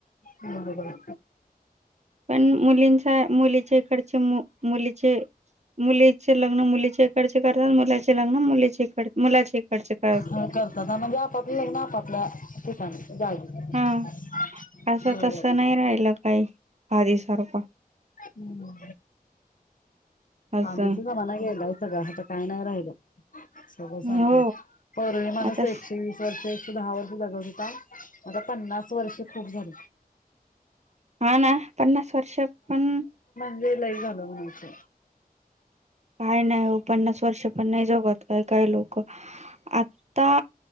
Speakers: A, on the left; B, on the right.
A: बरोबर.
B: पण मुलींचा मुलीच्या इकडचे मुलीचे मुलीचे लग्न मुलीच्या इकडचे करतात मुलाचे लग्न मुलीचे इकड मुलाचे इकडचे करतात
A: हो करतात म्हणजे आपापली लग्न आपापल्या <unintelligible>
B: हा असं
A: बरोबर.
B: तसं नाही राहिलं काही आधी सारखं.
A: हम्म
B: असं
A: आदीचा जमाना गेलाय सगळा आता काय नाही राहिल. सगळं संपलं
B: हो
A: पूर्वी माणूस
B: आता
A: एकशे
B: स-
A: वीस वर्ष दहा वर्ष जगत होता आता पन्नास वर्ष खूप झाली.
B: हाणा पन्नास वर्ष पण
A: लई लई झालं म्हणायचं.
B: काय नाही हो पन्नास वर्ष पण नाही जगत काय काय लोक आता